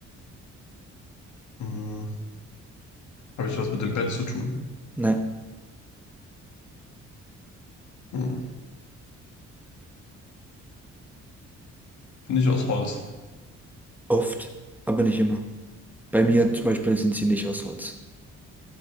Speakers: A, on the left; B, in the centre.
A: Hm. Habe ich was mit dem Bett zu tun?
B: nein.
A: Hm. Bin ich aus Holz?
B: Oft, aber nicht immer. Bei mir zum Beispiel sind sie nicht aus Holz.